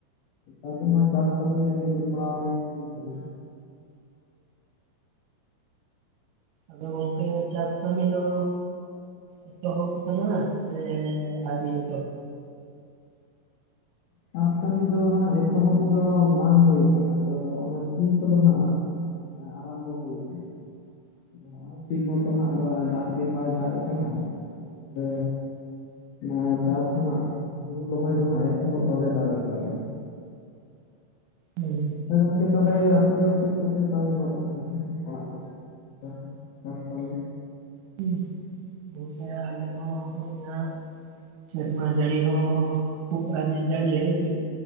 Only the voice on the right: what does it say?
ᱟᱫᱚ ᱜᱚᱝᱠᱮ ᱪᱟᱥ ᱠᱟᱹᱢᱤ ᱫᱚ ᱮᱛᱚᱦᱚᱵ ᱠᱟᱱᱟ ᱥᱮ ᱟᱹᱣᱨᱤᱭᱟ᱾
ᱦᱮᱸ᱾
ᱦᱩᱸᱜ ᱵᱷᱮᱡᱟᱭᱟ ᱟᱞᱮ ᱦᱚᱸ ᱩᱴᱷᱟᱹᱣ ᱱᱷᱟᱸᱜ, ᱥᱮᱨᱢᱟ ᱡᱟᱹᱲᱤ ᱦᱚᱸ ᱠᱷᱩᱵ ᱨᱟᱱ ᱮ ᱡᱟᱹᱲᱤᱭᱟᱭ ᱠᱟᱹᱡ